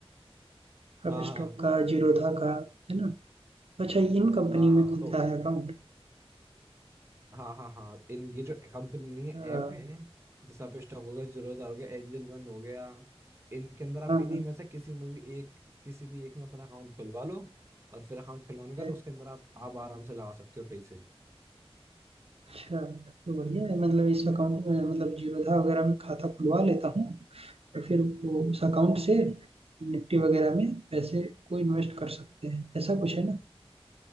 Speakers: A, on the right (about 70°); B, on the right (about 25°).
A: कप
B: हाँ
A: स्टॉक का जीरोधा का है ना अच्छा इन कंपनी
B: हाँ हाँ
A: में
B: हाँ
A: खुलता
B: तो
A: है अकाउंट
B: हाँ हाँ हाँ इन ये जो कंपनी ऐप
A: हाँ
B: है जैसे आप स्टॉक हो गया जीरोधा हो गया एंजल वन हो गया इनके अंदर आप
A: हाँ
B: इन्हीं में से किसी में भी एक किसी भी एक में अपना अकाउंट खुलवा लो और फिर अकाउंट खुलवाने का
A: है
B: तो उसके अंदर आप आप आराम से लगा सकते हो पैसे
A: अच्छा तब तो बढ़िया है मतलब इस अकाउंट में मतलब जीरोधा वगैरह में खाता खुलवा लेता हूँ और फिर वो उस अकाउंट से निफ्टी वगैरह में पैसे को इन्वेस्ट कर सकते हैं ऐसा कुछ है ना